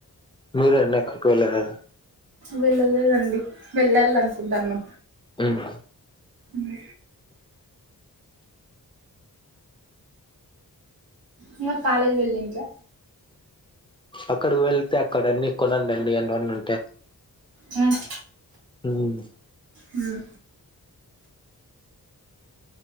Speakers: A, on the left (about 15°); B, on the right (about 85°).
A: మీరు వెళ్ళాక పోలేరా
B: వెళ్ళలేదండి వెళ్ళాలి అనుకుంటారు మ
A: ఉమ్
B: మ్ ఇగ కాలేజ వెళ్ళిరా
A: అక్కడు వెళ్తే అక్కడన్నీ కొనండి అవిఅన్ని ఉంటాయి
B: ఉమ్
A: ఉమ్
B: ఉమ్